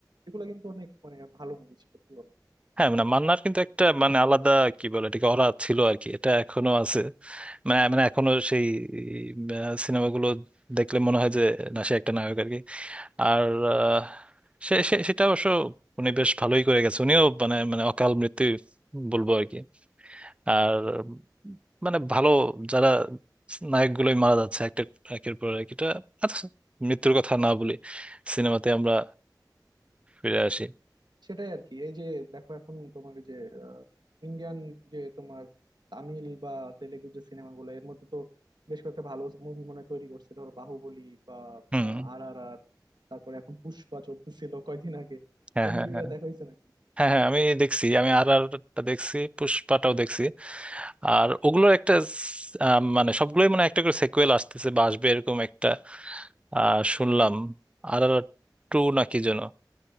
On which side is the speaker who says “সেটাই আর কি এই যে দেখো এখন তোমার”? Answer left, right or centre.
Right